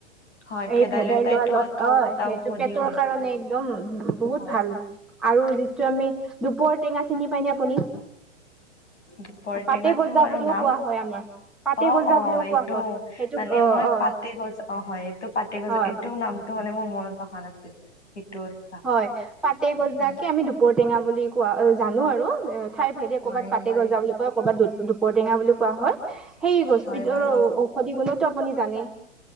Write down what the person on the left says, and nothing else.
হয় ভেদাইলতাইতো
টো
এটা
ঔষধি
হয়
হয়
দুপৰটেঙাটো
বাৰু
নাম
অ
অ
এইটো
মানে
মই
পাতে গছ অ হয় এইটো পাতে গছ
এইটো নামটো মানে মোৰ মনত অহা নাছিল। সেইটো আচ্ছা
হয়
হয়
মই
হয় বাৰু